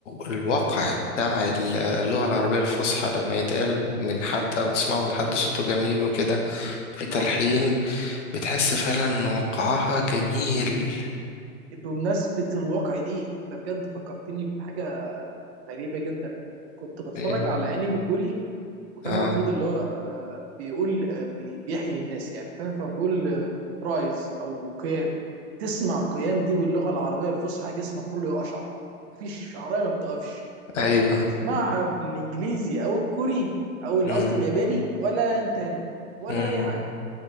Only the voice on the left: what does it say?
الواقع بتاع اللغة العربية الفصحى لما يتقال من حد أو تسمعه من حد صوته جميل وكده في تلحين
بتحس فعلا إن وقعها جميل
إيه.
آه
أيوه
مم.
مم.